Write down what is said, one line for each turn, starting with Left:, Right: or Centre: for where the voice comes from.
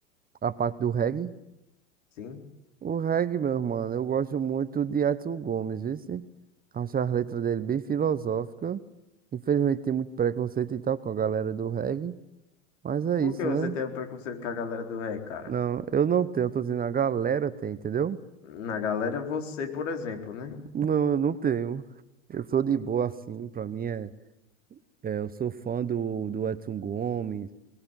Right: a parte do reggae.
Left: Sim.
Right: O reggae, meu mano, eu gosto muito de Edson Gomes, viu? se? Acho as letras dele bem filosóficas. Infelizmente tem muito preconceito e tal com a galera do reggae, mas é
Left: Por
Right: isso,
Left: que você
Right: né?
Left: tem o preconceito com a galera do reggae, cara?
Right: Não, eu não tenho, eu tô dizendo a galera tem, entendeu?
Left: Na galera, você, por exemplo, né?
Right: Não, eu não tenho. Eu sou de boa assim, pra mim é, é, eu sou fã do, do Edson Gomes,